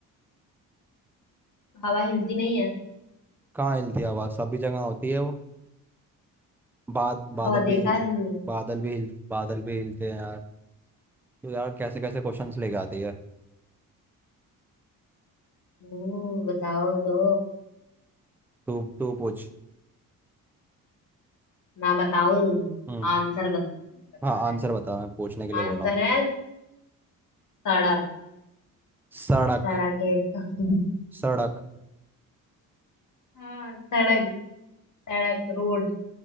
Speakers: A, on the left (about 55°); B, in the centre.
A: हवा हिलती नहीं है
B: कहाँ हिलती है हवा सभी जगह होती है वो बाद बादल
A: हवा
B: भी
A: देखा है तुमने
B: बादल भी हिल बादल भी हिलते हैं यार तो यार कैसे कैसे क्वेश्चंस लेके आती है
A: ओ, बताओ तो
B: तू तू पूछ
A: मैं बताऊं
B: हम्म
A: आंसर बत, बताना
B: हाँ आंसर
A: है
B: बता मैं पूछने के लिए बोल
A: आंसर
B: रहा हूँ
A: है सड़क
B: सड़क
A: सड़क है <laughs>
B: सड़क
A: हाँ सड़क सड़क रोड